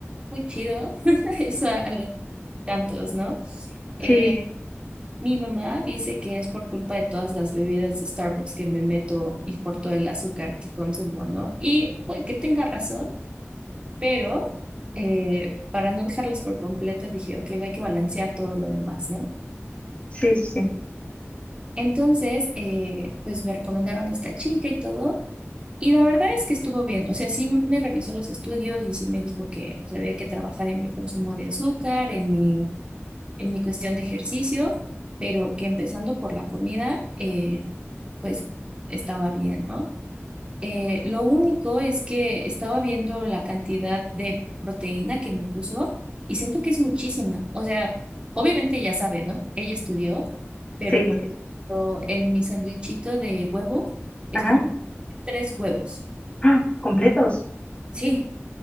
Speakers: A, on the right; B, on the left.
A: muy chido. <laughs> Eso a, tantos, ¿no? Eh,
B: Sí, sí, sí,
A: mi mamá dice que es por culpa de todas las bebidas de Starbucks que me meto y por todo el azúcar que consumo, ¿no? Y puede que tenga razón, pero eh, para no dejarlas por completo dije, ok, hay que balancear todo lo demás, ¿no?
B: sí, sí, sí,
A: Entonces, eh, pues me recomendaron a esta chica y todo. Y la verdad es que estuvo bien, o sea, sí me revisó los estudios y sí me dijo que pues, había que trabajar en mi consumo de azúcar, en mi en mi cuestión de ejercicio, pero que empezando por la comida, eh, pues estaba bien, ¿no? Eh, lo único es que estaba viendo la cantidad de proteína que me puso y siento que es muchísima. O sea, obviamente ya sabe, ¿no? Ella estudió, pero
B: sí,
A: por
B: sí, sí.
A: ejemplo, en mi sandwichito de huevo es
B: Ajá.
A: como tres huevos,
B: ¡Ah! completos.
A: sí,